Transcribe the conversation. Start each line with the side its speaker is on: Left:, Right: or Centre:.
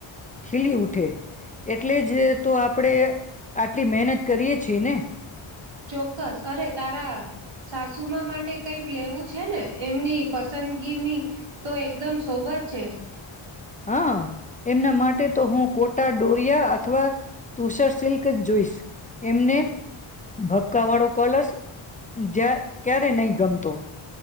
Left: ખીલી ઉઠે એટલે જ તો આપણેે આટલી મહેનત કરીએ છીએ ને
Right: ચોક્કસ અરે તારા સાસુમા માટે કઈક લેવું છે ને એમની પસંદગીની તો એકદમ સોબર છે
Left: હા એમના માટે તો હું કોટા ડોરિયા અથવા તુષાર સિલ્ક જોઈશ એમને ભપકા વાળો કલર્સ જ્યાં ક્યારે નહી ગમતો